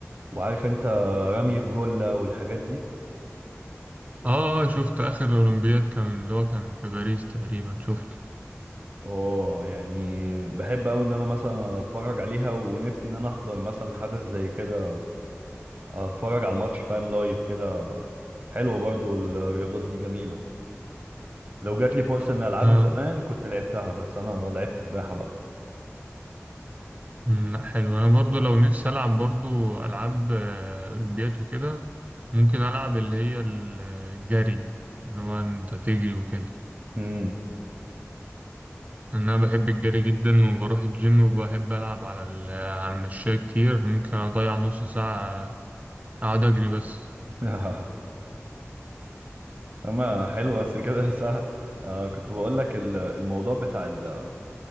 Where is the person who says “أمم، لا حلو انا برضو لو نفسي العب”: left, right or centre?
Right